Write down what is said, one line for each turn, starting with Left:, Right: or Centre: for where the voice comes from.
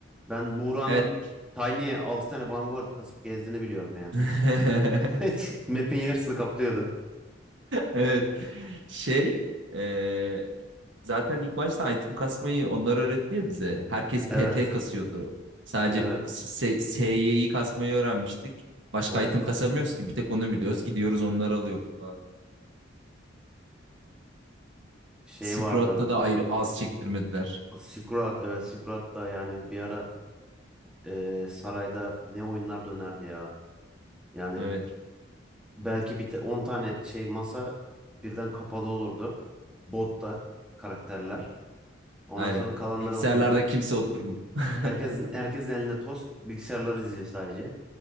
Centre: ben Buğra'nın
Right: Evet.
Centre: Tiny'e 6 tane Vanguard kasıp gezdiğini biliyorum yani.
Right: <laughs>
Centre: <laughs> Map'in yarısını kaplıyordu.
Right: Evet. Şey, e, zaten ilk başta item kasmayı onlar öğretti ya bize. Herkes
Centre: Evet.
Right: PT kasıyordu. Sadece
Centre: Evet.
Right: S- S- SY'yi kasmayı öğrenmiştik. Başka
Centre: Evet.
Right: item kasamıyoruz ki. Bir tek onu biliyoruz. Gidiyoruz onları alıyoruz falan.
Centre: Şey
Right: Silk
Centre: vardı.
Right: Road'da da ayrı az çektirmediler.
Centre: Sikurat Evet. Sikurat da yani bir ara e, sarayda ne oyunlar dönerdi ya. Yani
Right: Evet,
Centre: Belki bir te- 10 tane şey masa birden kapalı olurdu. Botta karakterler. Ondan
Right: aynen.
Centre: sonra kalanlara
Right: Bilgisayarlarda
Centre: oturduk.
Right: kimse oturmuyor.
Centre: Herkesin
Right: <laughs>
Centre: herkesin elinde tost, bilgisayarları izliyor sadece.